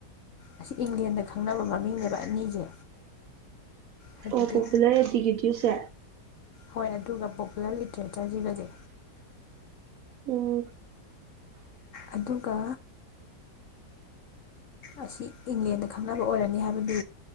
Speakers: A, on the left; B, on the right.
A: ꯑꯁꯤ ꯏꯪꯂꯦꯟꯗ ꯈꯪꯅꯕ ꯃꯃꯤꯡꯅꯦꯕ ꯑꯅꯤꯁꯦ ꯍꯥꯏꯕꯗꯤ
B: ꯑꯣ ꯄꯣꯄꯨꯂꯔ ꯑꯦꯗꯤꯤꯒꯤꯦꯇ꯭ꯌꯨꯁꯦ
A: ꯍꯣꯏ ꯑꯗꯨꯒ ꯄꯣꯄꯨꯂꯔ ꯂꯤꯇꯔꯦꯆꯔꯁꯤꯒꯗꯤ
B: ꯎꯝ
A: ꯑꯗꯨꯒ ꯑꯁꯤꯁꯤ ꯏꯪꯂꯦꯟꯗ ꯈꯪꯅꯕ ꯑꯣꯏꯔꯅꯤ ꯍꯥꯏꯕꯗꯨ